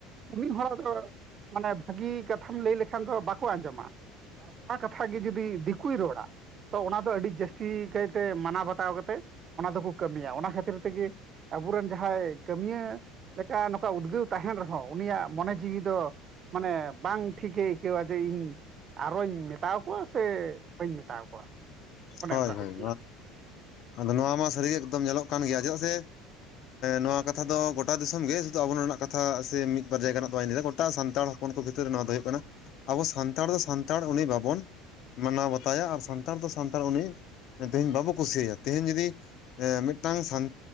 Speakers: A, on the right; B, on the left.
A: ᱩᱱᱤ ᱦᱚᱲᱟᱜ ᱫᱚ ᱢᱟᱱᱮ ᱵᱷᱟᱹᱜᱤ ᱠᱟᱛᱷᱟᱢ ᱞᱟᱹᱭ ᱞᱮᱠᱷᱟᱱ ᱫᱚ ᱵᱟᱠᱚ ᱟᱸᱡᱚᱢᱟ ᱟᱨ ᱚᱱᱟ ᱠᱟᱛᱷᱟ ᱜᱮ ᱡᱩᱫᱤ ᱫᱤᱠᱩᱭ ᱨᱚᱲᱟ ᱛᱚ ᱚᱱᱟ ᱫᱚ ᱟᱹᱰᱤ ᱡᱟᱹᱥᱛᱤ ᱠᱟᱭᱛᱮ ᱢᱟᱱᱟᱣ ᱵᱟᱛᱟᱣ ᱠᱟᱛᱮ᱾ ᱚᱱᱟ ᱫᱚᱠᱚ ᱠᱟᱹᱢᱤᱭᱟ ᱚᱱᱟ ᱠᱷᱟᱹᱛᱤᱨ ᱛᱮᱜᱮ ᱟᱵᱚᱨᱮᱱ ᱡᱟᱦᱟᱸᱭ ᱠᱟᱹᱢᱤᱭᱟᱹ ᱞᱮᱠᱟ ᱱᱚᱝᱠᱟ ᱩᱫᱽᱜᱟᱹᱣ ᱛᱟᱦᱮᱱ ᱨᱮᱦᱚᱸ ᱩᱱᱤᱭᱟᱜ ᱢᱚᱱᱮ ᱡᱤᱣᱤ ᱫᱚ ᱢᱟᱱᱮ ᱵᱟᱝ ᱴᱷᱤᱠ ᱜᱮ ᱟᱹᱭᱠᱟᱹᱣᱟ ᱡᱮ ᱤᱧ ᱟᱨᱚᱧ ᱢᱮᱛᱟᱣ ᱠᱚᱣᱟ ᱥᱮ ᱵᱟᱹᱧ ᱢᱮᱛᱟᱣ ᱠᱚᱣᱟ? ᱚᱱᱮ
B: ᱦᱳᱭ
A: ᱚᱱᱠᱟ
B: ᱦᱳᱭ
A: ᱦᱩᱭᱩᱜ ᱠᱟᱱᱟ
B: ᱟᱫᱚ ᱱᱚᱣᱟ ᱢᱟ ᱥᱟᱹᱨᱤ ᱜᱮ ᱮᱠᱫᱚᱢ ᱧᱮᱞᱚᱜ ᱠᱟᱱ ᱜᱮᱭᱟ ᱪᱮᱫᱟᱜ ᱥᱮ ᱱᱚᱣᱟ ᱠᱟᱛᱷᱟ ᱫᱚ ᱜᱚᱴᱟ ᱫᱤᱥᱚᱢ ᱜᱮ ᱥᱩᱫᱷᱩ ᱟᱵᱚ ᱨᱮᱱᱟᱜ ᱠᱟᱛᱷᱟ ᱥᱮ ᱢᱤᱫ ᱵᱟᱨ ᱡᱟᱭᱜᱟ ᱨᱮᱱᱟᱜ ᱵᱟᱧ ᱞᱟᱹᱭᱫᱟ ᱜᱚᱴᱟ ᱥᱟᱱᱛᱟᱲ ᱦᱚᱯᱚᱱ ᱩᱱᱠᱩ ᱵᱷᱤᱛᱨᱤ ᱨᱮ ᱱᱚᱣᱟ ᱫᱚ ᱦᱩᱭᱩᱜ ᱠᱟᱱᱟ᱾ ᱟᱵᱚ ᱥᱟᱱᱛᱟᱲ ᱫᱚ ᱥᱟᱱᱛᱟᱲ ᱩᱱᱤ ᱵᱟᱵᱚᱱ ᱢᱟᱱᱟᱣ ᱵᱟᱛᱟᱭᱟ ᱟᱨ ᱥᱟᱱᱛᱟᱲ ᱫᱚ ᱥᱟᱱᱛᱟᱲ ᱩᱱᱤ ᱛᱮᱦᱤᱧ ᱵᱟᱵᱚ ᱠᱩᱥᱤᱭᱟᱭᱟ᱾ ᱛᱮᱦᱤᱧ ᱡᱩᱫᱤ ᱢᱤᱫᱴᱟᱹᱝ ᱥᱟᱱ